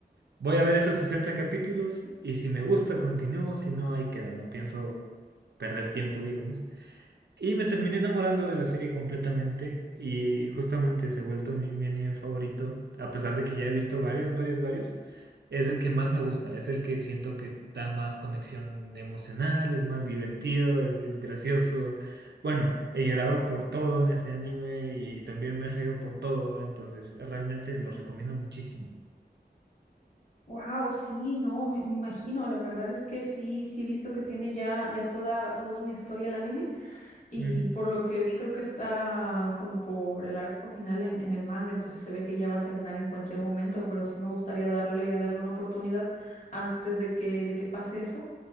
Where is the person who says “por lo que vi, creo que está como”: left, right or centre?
Left